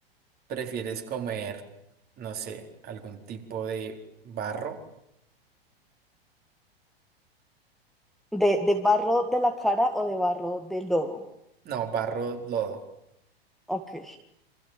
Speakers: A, on the right; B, in the centre.
A: prefieres comer, no sé, algún tipo de barro?
B: ¿De, de barro de la cara o de barro de lodo?
A: No, barro, lodo.
B: Ok.